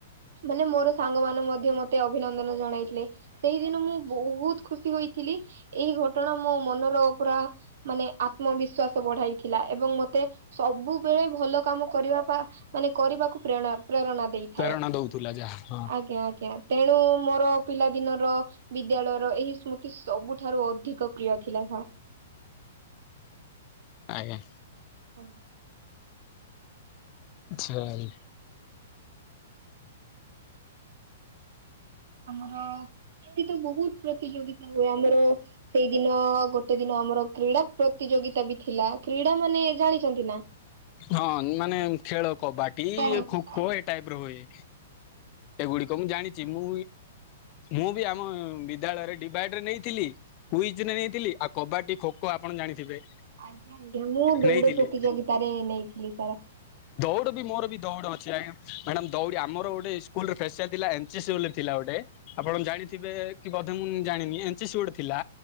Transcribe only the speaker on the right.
ମାନେ ମୋର ସାଙ୍ଗ ମାନ ମଧ୍ୟ ମତେ ଅଭିନନ୍ଦନ ଜଣାଇଥିଲେ। ସେଇଦିନ ମୁଁ ବୋହୁତ ଖୁସି ହୋଇଥିଲି ଏଇ ଘଟଣା ମୋ ମନର ପୁରା ମାନେ ଆତ୍ମବିଶ୍ଵାସ ବଢାଇଥିଲା ଏବଂ ମତେ ସବୁବେଳେ ଭଲ କାମ କରିବା ମାନେ କରିବାକୁ ପ୍ରେରଣା ପ୍ରେରଣା ଦେଇ।
ଥାଏ
ଆଜ୍ଞା ଆଜ୍ଞା ତେଣୁ ମୋର ପିଲାଦିନର ବିଦ୍ୟାଳୟର ଏହି ସ୍ମୃତି ସବୁଠାରୁ ଅଧିକ ପ୍ରିୟ ଥିଲା ସାର୍।
ହଁ।
ଆମର ଏଠିତ ବୋହୁତ ପ୍ରତିଯୋଗିତା ହୁଏ ଆମର ସେଇଦିନ ଗୋଟେ ଦିନ ଆମର କ୍ରୀଡ଼ା ପ୍ରତିଯୋଗିତା ବି ଥିଲା କ୍ରୀଡା ମାନେ ଜାଣିଚନ୍ତି ନା?
ଖେଳକୁଦ
ଆଜ୍ଞା ଆଜ୍ଞା ମୁଁ ଦୌଡ
ପ୍ରତିଯୋଗତାରେ ନେଇଥିଲି ସାରା।